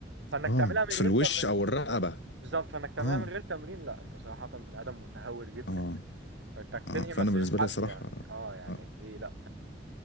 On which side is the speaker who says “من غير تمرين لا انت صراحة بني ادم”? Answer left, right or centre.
Right